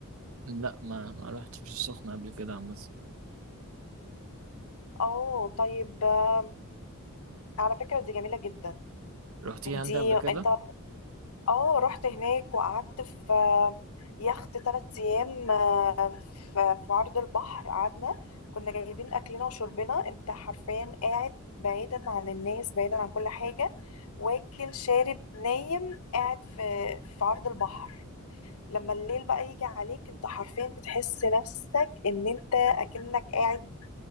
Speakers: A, on the right; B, on the left.
A: لا ما ما رحتش السخنة قبل كده عامة
B: أوه طيب آه، على فكرة دي جميلة جدا
A: رحتيها
B: دي
A: أنت قبل كده؟
B: أنت اه رحت هناك وقعدت في يخت ثلاث ايام آه، في في عرض البحر قعدنا كنا جايبين اكلنا وشربنا انت حرفيا قاعد بعيدا عن الناس بعيدا عن كل حاجة واكل شارب نايم قاعد في في عرض البحر لما الليل بقى يجي عليك انت حرفيا بتحس نفسك ان انت اكنك قاعد